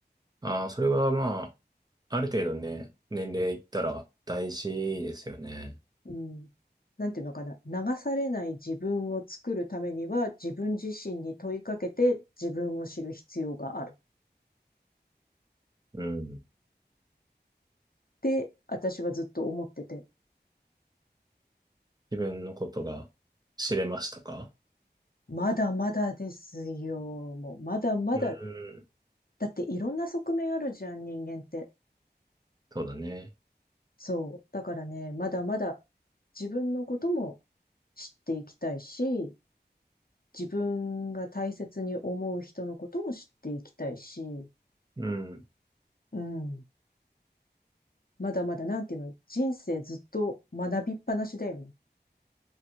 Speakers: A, on the right (about 20°); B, on the left (about 55°).
A: ああ、それはまあ、ある程度ね、年齢いったら大事ですよね。
B: うん。なんていうのかな。流されない自分を作るためには、自分自身に問いかけて自分を知る必要がある。
A: うん。
B: って私はずっと思ってて。
A: 自分のことが知れましたか
B: まだまだですよ。もう、まだまだ。
A: うん。
B: だっていろんな側面あるじゃん、人間って。
A: そうだね。
B: そう。だからね、まだまだ自分のことも知っていきたいし、自分が大切に思う人のことも知っていきたいし、
A: うん。
B: うん。まだまだ、なんていうの、人生ずっと学びっぱなしだよね。